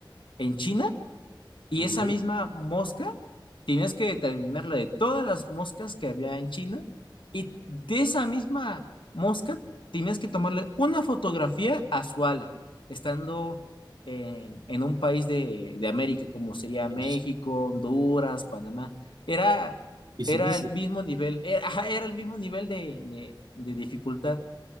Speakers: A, on the left (about 75°); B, on the right (about 55°).
A: en China y
B: ujú,
A: esa misma mosca, tienes que determinar la de todas las moscas que había en China y de esa misma mosca tienes que tomarle una fotografía a su ala, estando en, en un país de, de América, como sería México,
B: es
A: Honduras, Panamá. Era,
B: dificilísimo.
A: era el mismo nivel, era, ajá, era el mismo nivel de, de- de dificultad.